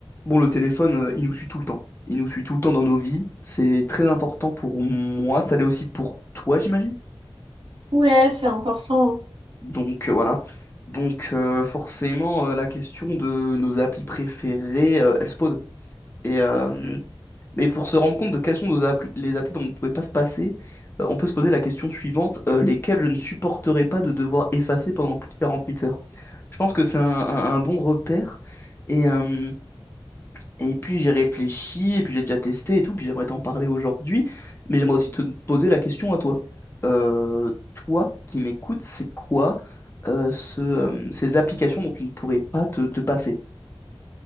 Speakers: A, on the left; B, on the right.
A: Bon, le téléphone, euh, il nous suit tout le temps. Il nous suit tout le temps dans nos vies. C'est très important pour moi. Ça l'est aussi pour toi, j'imagine.
B: Ouais, c'est important.
A: Donc euh, voilà. Donc euh, forcément, euh, la question de nos applis préférées, euh, elle se pose. Et, euh, mais pour se rendre compte de quelles sont nos applis, les applis dont on ne pouvait pas se passer, euh, on peut se poser la question suivante, euh, lesquelles je ne supporterais pas de devoir effacer pendant plus de 48 heures. Je pense que c'est un, un- un bon repère. Et, euh, Et puis j'ai réfléchi, et puis j'ai déjà testé et tout, puis j'aimerais t'en parler aujourd'hui, mais j'aimerais aussi te poser la question à toi. Euh, toi qui m'écoutes, c'est quoi euh, ce, euh, ces applications dont tu ne pourrais pas te, te passer?